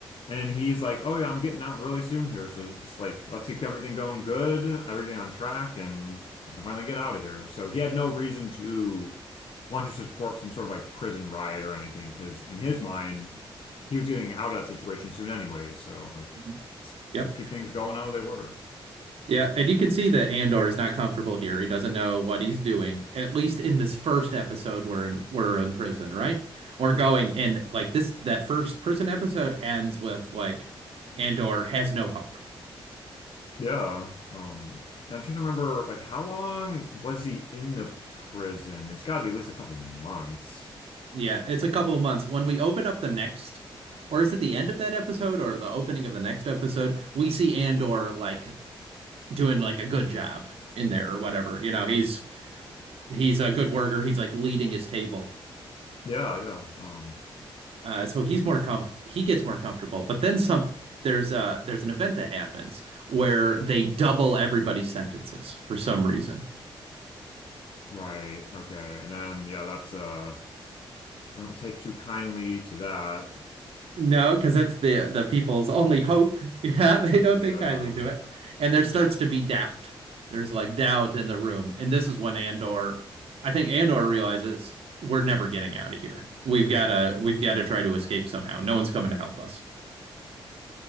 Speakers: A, on the left (about 60°); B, on the right (about 75°).
A: And he's like, "Oh yeah, I'm getting out really soon here, so it's just like let's keep everything going good, everything on track, and I can finally get out of here." So he had no reason to want to support some sort of like prison riot or anything, because in his mind, he was getting out of that situation soon anyway. So like,
B: Mhm.
A: let's,
B: Yep.
A: let's keep things going how they were.
B: Yeah, and you can see that Andor is not comfortable here. He doesn't know what he's doing, at least in this first episode we're in we're in prison, right? Or going and like this that first prison episode ends with like Andor has no hope.
A: Yeah. Um, and I'm trying to remember, like, how long was he in the prison? It's got to be at least a couple months.
B: Yeah, it's a couple of months. When we open up the next or is it the end of that episode or the opening of the next episode, we see Andor like doing like a good job in there or whatever. You know, he's he's a good worker. He's like leading his table.
A: Yeah, yeah. Um,
B: Uh, so he's more comf he gets more comfortable. But then some there's a there's an event that happens where they double everybody's sentences for some reason.
A: right. Okay. And then, yeah, that's uh, don't take too kindly to that.
B: No, because that's the the people's only hope. <laughs> Yeah, they don't
A: Yeah.
B: take kindly to it. And there starts to be doubt. There's like doubt in the room. And this is when Andor, I think Andor realizes we're never getting out of here. We've gotta we've gotta try to escape somehow. No one's coming to help us.